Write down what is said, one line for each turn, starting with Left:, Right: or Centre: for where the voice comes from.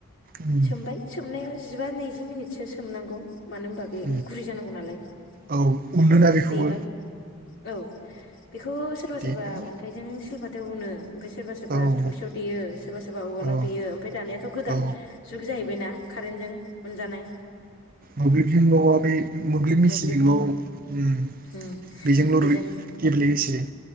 Right: उम
Left: सोमबाय सोमनायाव जिबा नैजि मिनिटसो सोमनांगौ मानो होनबा बे
Right: उम
Left: गुरै जानांगौ नालाय ओमफ्राय
Right: औ उनोना बेखौबो
Left: देबाय औ बेखौ सोरबा
Right: देनानै
Left: सोरबा अन्थाइजों सोबा उनो ओमफाय सोरबा सोरबा
Right: उम
Left: थौसियाव
Right: औ
Left: देयो, सोरबा सोरबा उवालाव
Right: औ
Left: देयो ओमफाय दानियाथ' गोदान
Right: औ
Left: जुग जाहैबायना कारेन्टजों हुनजानाय।
Right: मोब्लिबजोंल'आ बे मोब्लिब मेसिनजोंल'
Left: मोब्लिबनि
Right: ओम
Left: उम
Right: बेजोंल'
Left: बेजों
Right: रुइ गेब्लेयोसे?